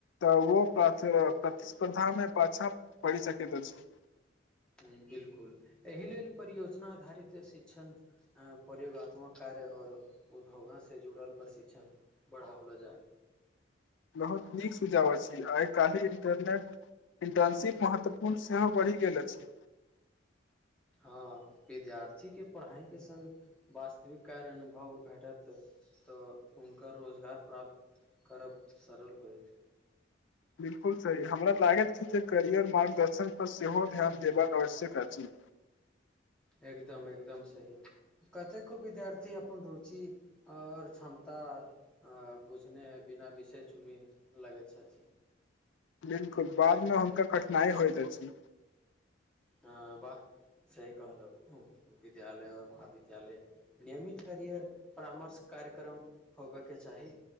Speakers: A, on the left; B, in the centre.
A: तऽ उहो प्राथ अ प्रतिस्पर्धा मे पाछा पड़ी सकैत अछि।
B: हुं बिल्कुल एहि लेल परियोजना आधारित शिक्षण ए प्रयोगात्मक कार्य और उधोगा से जुड़ल प्रशिक्षण बढ़ावला जाय
A: बहुत नीक सुझाव अछि आय काल्हि इन्टरनेट इन्टर्नशिप महत्वपूर्ण सेहो बढ़ि गेल अछि।
B: हां विद्यार्थीके पढ़ाई के संग वास्तविक कार्य अनुभव भेटत तऽ हुनकर रोजगार प्राप्त करब सरल होएत।
A: बिल्कुल सही हमरा लागैत छै जे करियर मार्गदर्शन पर सेहो ध्यान देबाक आवश्यक अछि।
B: एकदम-एकदम सही कतेको विद्यार्थी अपन रुचि और क्षमता अ बुझने बिना विषय चुनी लगैत छथि।
A: बिल्कुल बादमे हुनका कठिनाई होएत अछि।
B: हां वाह सही कहलौ ऊह विद्यालय और महाविद्यालय नियमित करियर परामर्श कार्यक्रम होबय के चाही,